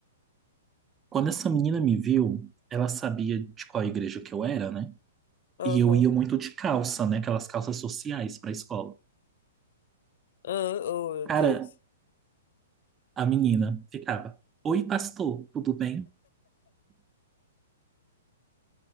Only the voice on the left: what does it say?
aham,
ah, oh, meu
Deus.